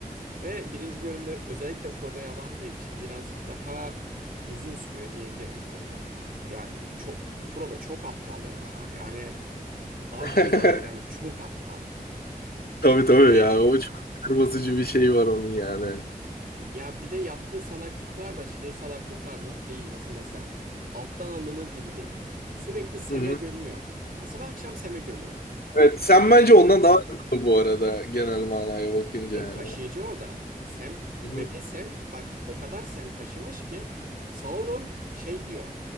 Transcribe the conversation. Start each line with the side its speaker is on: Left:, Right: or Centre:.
Right: Ve birinci bölümde özellikle Frodo'ya bandığı için birazcık daha uzun sürüyor diyebilirim o konuda. Ya çok Frodo çok aptal ya. Yani az
Left: <laughs>
Right: buz da değil. Hani çok aptal.
Left: Tabii tabii
Right: Böyle
Left: ya o çok kırmızıcı bir şey var onun yani.
Right: Ya bir de yaptığı salaklıklar da şey salaklıklar na- değil nasıl desem. Alttan alınır gibi değil. Sürekli Sem'e
Left: Hı hı.
Right: gömüyor. Ha- Sabah akşam Sem'e gömüyor.
Left: Evet, sen
Right: Yani
Left: bence
Right: e,
Left: ondan daha akıllı bu arada genel manaya bakınca
Right: Sem
Left: yani.
Right: taşıyıcı orada. Sem, map'i
Left: Hı hı.
Right: Sem, bak o kadar Sem taşımış ki Sauron şey diyor.